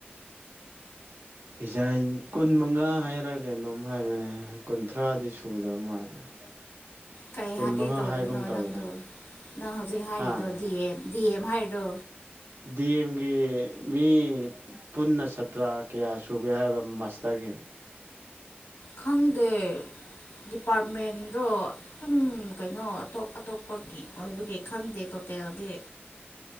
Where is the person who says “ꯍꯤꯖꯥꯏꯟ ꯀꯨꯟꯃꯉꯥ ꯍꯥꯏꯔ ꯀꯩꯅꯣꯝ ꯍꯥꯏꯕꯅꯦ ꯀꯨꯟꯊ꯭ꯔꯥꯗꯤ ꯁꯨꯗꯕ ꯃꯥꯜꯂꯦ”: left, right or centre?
Right